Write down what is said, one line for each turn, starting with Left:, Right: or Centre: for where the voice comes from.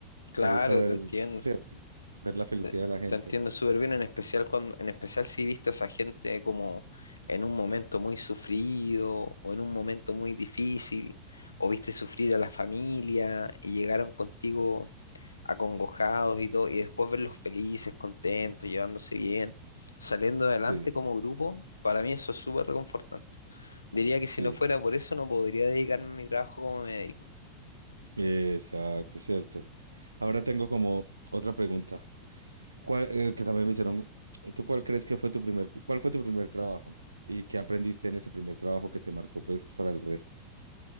Left: Claro,
Right: Me gusta ver,
Left: te entiendo.
Right: cierto, ver la felicidad
Left: Te,
Right: de la gente.
Left: te entiendo súper bien, en especial cuando, en especial si viste a esa gente como en un momento muy sufrido o en un momento muy difícil, o viste sufrir a la familia y llegaron contigo acongojados y todo, y después verlos felices, contentos, llevándose bien, saliendo adelante
Right: Sí,
Left: como grupo, para mí eso es súper reconfortante. Diría que
Right: sí,
Left: si no fuera por eso no podría dedicarme a mi trabajo como médico.
Right: exacto, cierto. Ahora tengo como otra pregunta, ¿Cuál, eh, que también me hicieron, ¿tú cuál crees que fue tu primer, cuál fue tu primer trabajo y qué aprendiste en ese primer trabajo que te marcó pues para el resto?